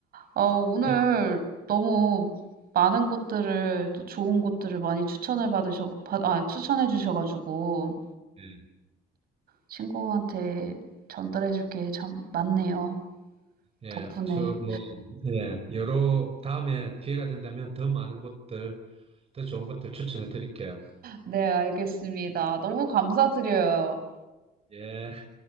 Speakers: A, on the right; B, on the right.
A: 어, 오늘
B: 그,
A: 너무 많은 곳들을 또 좋은 곳들을 많이 추천을 받으셔 받, 아, 추천해 주셔가지고
B: 예.
A: 친구한테 전달해 줄게 참 많네요.
B: 예.
A: 덕분에.
B: 저, 뭐, 예. 여러, 다음에 기회가 된다면 더 많은 곳들, 더 좋은 곳들 추천해 드릴게요.
A: 네, 알겠습니다. 너무 감사드려요.
B: 예.